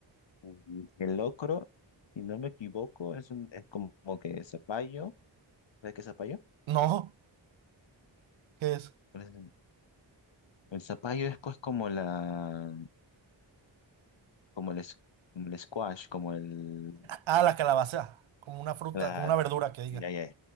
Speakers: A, on the left; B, on the right.
A: Mm, El locro, si no me equivoco, es un, es como que zapallo. ¿Sabes qué es zapallo?
B: No, ¿qué es?
A: Pues, El zapallo es pues como la, como el, es- como el squash, como el,
B: Ah, la calabaza. Como una fruta,
A: claro,
B: como una verdura que diga.
A: ya, ya,